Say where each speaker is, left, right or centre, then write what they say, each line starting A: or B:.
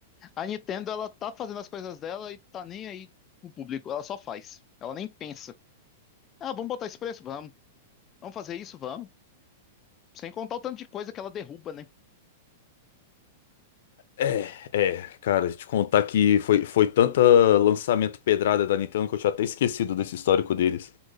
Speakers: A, on the left; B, on the left.
A: A Nintendo, ela tá fazendo as coisas dela e tá nem aí pro público. Ela só faz. Ela nem pensa. Ah, vamos botar esse preço? Vamos. Vamos fazer isso? Vamos. Sem contar o tanto de coisa que ela derruba, né?
B: É, é, cara, te contar que foi, foi tanta lançamento pedrada da Nintendo que eu tinha até esquecido desse histórico deles.